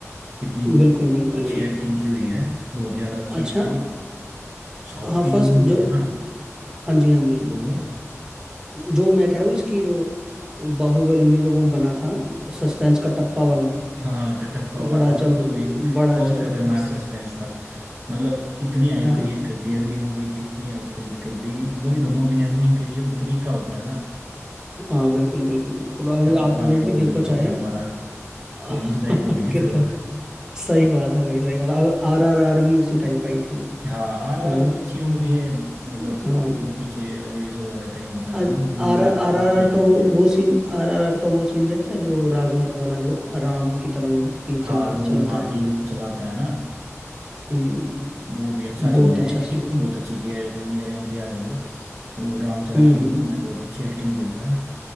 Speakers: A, on the right; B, on the right.
A: इतनी
B: बिल्कुल बिल्कुल
A: अच्छी
B: बिल्कुल
A: एक्टिंग की हुई है बहुत ज्यादा अच्छी
B: अच्छा
A: है लेकिन साउथ
B: हाँ
A: की जो
B: फर्स्ट
A: मूवीज
B: जो
A: है ना
B: हाँ जी हाँ जी
A: बोलो
B: जो मैं कह रहा हूँ इसकी जो बाहुबली में जो वो बना था सस्पेंस का टप्पा वाला
A: हाँ कटप्पा
B: बड़ा
A: वाला
B: जबर
A: वो तो वही
B: बड़ा
A: बहुत
B: जबरदस्त
A: खतरनाक सस्पेंस था मतलब इतनी हाइप
B: है
A: क्रिएट
B: ना
A: कर दी अगली मूवी की इतनी हाइप क्रिएट कर दी तभी तो मूवी ने अर्निंग करी है तो तरीका होता है ना
B: हाँ बिल्कुल बिल्कुल बिल्कुल अभी
A: कटप्पा
B: आप वो
A: ने बाहुबली
B: भी देखो
A: को
B: चाहे
A: क्यों
B: <laughs>
A: मारा फेमस डायलॉग है ये
B: कितना
A: तो
B: सही बात है भाई सही बात अब आर आर आर भी उसी टाइप आई थी
A: हाँ आर आर
B: है
A: आर
B: ना
A: भी अच्छी मूवी है मतलब
B: हाँ
A: जो पीछे अंग्रेजों वाले टाइम होता था
B: आर
A: ना जब रूल
B: आर
A: कर रहे
B: आर
A: थे उस
B: आर
A: टाइम के
B: का वो
A: बारे
B: वो
A: में
B: सीन आर आर आर का वो सीन देखा है जो राघवन वाला जो राम की तरह वो तीर
A: हाँ
B: चला
A: वो
B: चलाता
A: वहाँ
B: है
A: तीर चलाता है ना
B: हम्म
A: वो भी अच्छा
B: बहुत
A: सीन है
B: अच्छा
A: एक्टिंग
B: सीन
A: भी
B: था
A: बहुत अच्छी की है जूनियर एनटीआर है जो और रामचरण
B: हम्म
A: है दोनों ने बहुत अच्छी एक्टिंग की उसमें